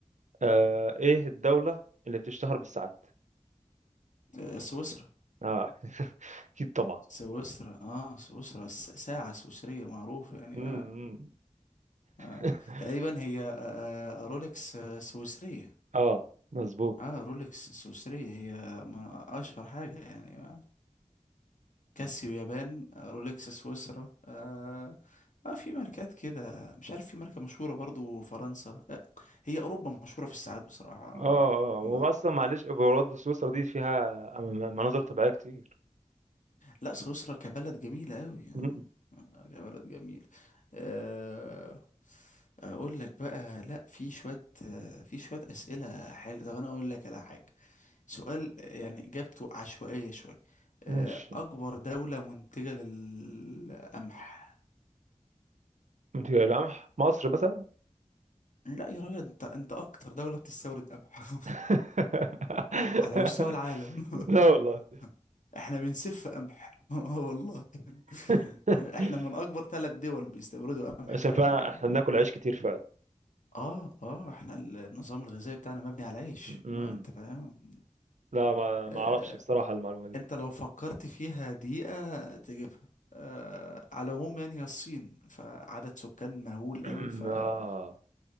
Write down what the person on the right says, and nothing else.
آه ايه الدولة اللي بتشتهر بالساعات
اه <laughs> اكيد طبعا
مم، مم.
<laughs>
اه مظبوط
اه اه واصلا
معلش برضه سويسرا دي فيها م- مناظر طبيعيه كتير
مم.
ماشي
انت لمح مصر مثلا
<laughs>
لا والله
<laughs>
عشان
فعلا
احنا بناكل عيش كتير فعلا
مم.
لا ما ما
اعرفش بصراحه المعلومه دي
<clears throat>
اه